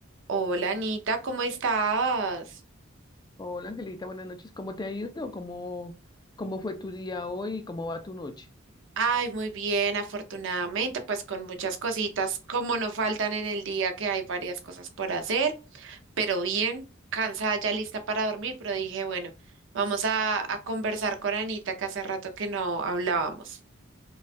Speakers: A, on the right; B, on the left.
A: Hola Anita, ¿cómo estás?
B: Hola Angelita, buenas noches. ¿Cómo te ha ido? ¿Cómo, cómo fue tu día hoy? ¿Cómo va tu noche?
A: Ay, muy bien, afortunadamente, pues con muchas cositas, como no faltan en el día que hay varias cosas por hacer, pero bien, cansada ya lista para dormir, pero dije, bueno, vamos a, a conversar con Anita que hace rato que no hablábamos.